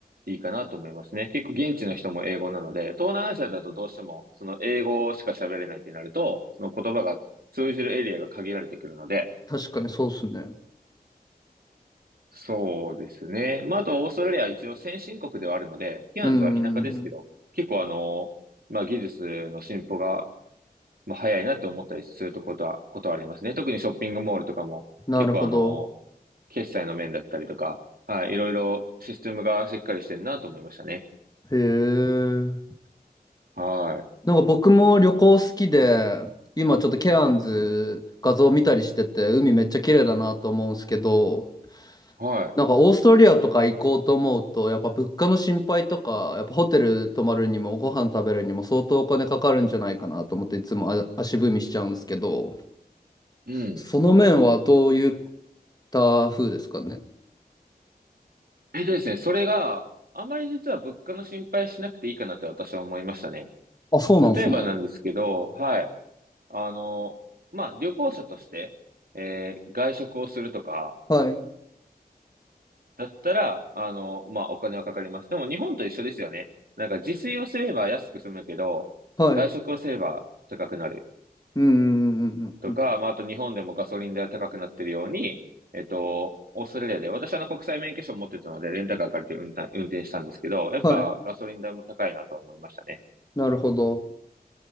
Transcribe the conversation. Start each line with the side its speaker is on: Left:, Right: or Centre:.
Right: いいかなと思いますね。結構現地の人も英語なので、東南アジアだとどうしても、その英語しか喋れないってなると、その言葉が通じるエリアが限られてくるので、
Left: 確かにそうっすね。
Right: そうですね。まあ、あと、オーストラリアは一応先進国ではあるので、ケアンズは田舎ですけど、
Left: うんうんうん。
Right: 結構あの、まあ、技術の進歩が、まあ、早いなって思ったりするとことは、ことはありますね。特にショッピングモールとかも、
Left: なるほど。
Right: 結構あの、決済の面だったりとか、はい、いろいろシステムがしっかりしてるなと思いましたね。
Left: へえ。
Right: は
Left: なんか僕も旅行好きで、今ちょっとケアンズ画像見たりしてて、海めっちゃ綺麗だなと思うんですけど、
Right: い。はい。
Left: なんかオーストリアとか行こうと思うと、やっぱ物価の心配とか、やっぱホテル泊まるにもご飯食べるにも相当お金かかるんじゃないかなと思っていつもあ足踏みしちゃうんですけど、
Right: うん。
Left: その面はどういった風ですかね。
Right: えっとですね、それがあまり実は物価の心配しなくていいかなって私は思いましたね。
Left: あ、そうなんですね。
Right: 例えばなんですけど、はい。あの、まあ、旅行者として、えー外食をするとか、
Left: はい。
Right: だったら、あの、まあ、お金はかかります。でも、日本と一緒ですよね。なんか、自炊をすれば安く済むけど、
Left: はい。
Right: 外食をすれば高くなる。
Left: うんうんうんうんうん。
Right: とか、まあ、あと日本でもガソリン代は高くなってるように、えっと、オーストラリアで、私はあの国際免許証を持ってたので、レンタカー借りて運転、運転したんですけど、やっぱガソリン代も高いなと思いましたね。
Left: はい。なるほど。